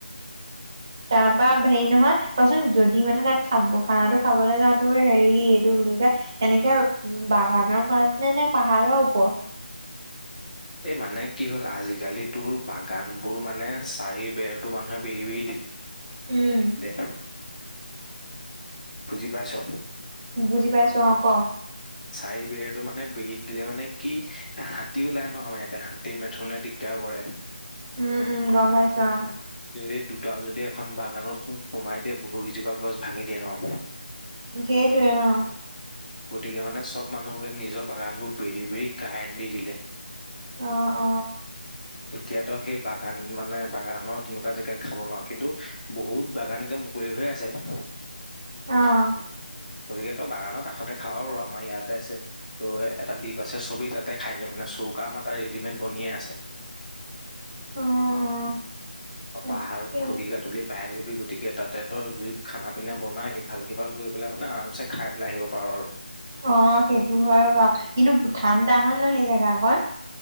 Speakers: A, on the right; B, on the left.
A: তাৰপৰা হেৰি নহয় কোৱাচোন যদি মানে তাত খাব খানাটো খাবলৈ যাওঁ তো হেৰি এইটো বুলি কয় এনেকে বাগানৰ মাছ নে নে পাহাৰৰ ওপৰৰ
B: এ মানে কি হ'ল আজিকালি তোৰ বাগান বোৰ মানে চাৰি বেৰতো মানুহে বিৰি বেৰি দি
A: উম
B: দে বুজি পাইছ ।
A: বুজি পাইছো অ ক।
B: চাৰি বেৰটো মানে বেৰি দিলে মানে কি হাতী ওলাই ন আমাৰ ইয়াতে হাতী মেথুনে দিগদাৰ কৰে ।
A: উম উম গম পাইছো অ ।
B: এই দুটাও যদি এখন বাগানত সো সোমাই দিয়ে বহুকেইজোপা গছ ভাঙি দিয়ে ন ।
A: সেইটোৱে অ ।
B: গতিকে মানে চব মানুহকে নিজৰ বাগানবোৰ বেৰি বেৰি কাৰেণ্ট দি দিলে ।
A: অ অ ।
B: এতিয়াটো সেই বাগান মানে বাগানৰ তেনেকুৱা জেগাত খাব নোৱাৰো কিন্তু বহুত বাগান এতিয়া মুকলি হৈ আছে ।
A: অ ।
B: গতিকেটো বাগানৰ কাষতে খাও আৰু আমাৰ ইয়াতে আছে তো এটা দ্বীপ আছে চবেই তাতে খাইগে মানে চৌকা আমাৰ তাত ৰেডিমেড বনিয়ে আছে ।
A: অ অ
B: অ
A: তাকে
B: পাহাৰত খৰি কাটোতে পায় যাবি গৈ গতিকে তাতে তই জুইত খানা পিনা বনাই ইফাল সিফাল কৰি পেলাই মানে আৰাম চে খাই পেলাই আহিব পাৰ আৰু ।
A: অ সেইটো হয় বাৰু কিন্তু ঠাণ্ডা হয় নহয় সেই জেগা কণ ।